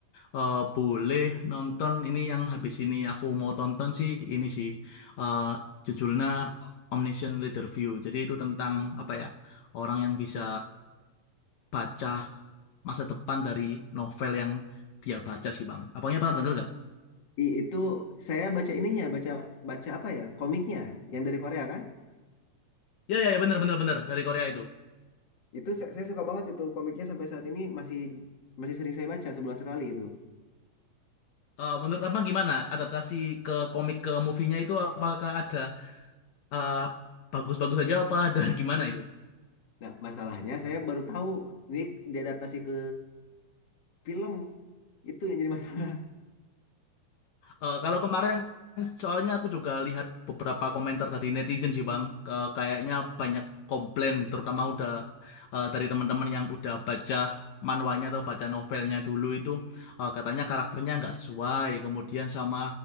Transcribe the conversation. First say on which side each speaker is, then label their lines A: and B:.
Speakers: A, on the left; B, on the left.
A: eh, boleh nonton ini yang habis ini aku mau tonton sih ini sih eh, judulnya Omniscient Reader View. Jadi itu tentang apa ya orang yang bisa baca masa depan dari novel yang dia baca sih Bang. Abangnya pernah denger gak?
B: I- itu saya baca ininya, baca baca apa ya? Komiknya yang dari Korea kan?
A: Ya ya ya bener bener bener dari Korea itu.
B: Itu saya, saya suka banget itu komiknya sampai saat ini masih masih sering saya baca sebulan sekali itu.
A: Eh, menurut Abang gimana adaptasi ke komik ke movie-nya itu apakah ada eh, bagus-bagus aja apa ada <laughs> gimana itu?
B: Nah, masalahnya saya baru tahu ini diadaptasi ke film itu yang jadi masalah <laughs>
A: Eh, kalau kemarin soalnya aku juga lihat beberapa komentar dari netizen sih Bang, Eh, kayaknya banyak komplain terutama udah eh, dari teman-teman yang udah baca manualnya atau baca novelnya dulu itu eh, katanya karakternya nggak sesuai, kemudian sama